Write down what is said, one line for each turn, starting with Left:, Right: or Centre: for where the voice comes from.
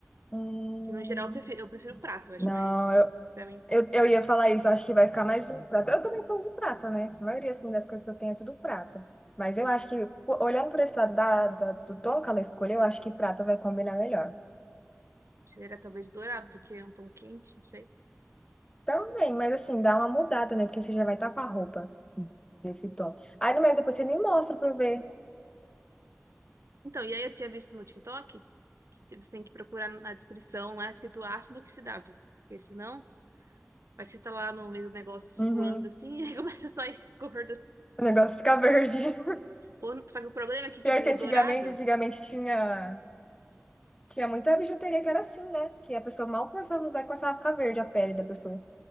Left: Hum,
Right: que no geral eu prefiro, eu prefiro prata, eu acho
Left: não,
Right: mas
Left: eu,
Right: Pra mim,
Left: eu, eu ia falar isso. eu Acho que vai ficar mais bonito prata. Eu também sou do prata, né? A maioria, assim, das coisas que eu tenho é tudo prata. Mas eu acho que, pô, olhando por esse lado da, da- do tom que ela escolheu, eu acho que prata vai combinar melhor.
Right: seria talvez dourado, porque é um tom quente, não sei.
Left: Também, mas assim, dá uma mudada, né? Porque você já vai estar com a roupa desse tom. Aí, no meio, depois você me mostra pra eu ver.
Right: Então, e aí eu tinha visto no TikTok que você tem que procurar na descrição lá escrito ácido oxidável, porque senão. Vai que você tá lá no meio do negócio suando
Left: Uhum.
Right: assim, <laughs> e aí começa a sair <laughs> gordo.
Left: O negócio fica verde. <laughs>
Right: O- Só que o problema é que, tipo,
Left: Pior que
Right: o
Left: antigamente,
Right: dourado.
Left: antigamente tinha, tinha muita bijuteria que era assim, né? Que a pessoa mal começava a usar, começava a ficar verde a pele da pessoa.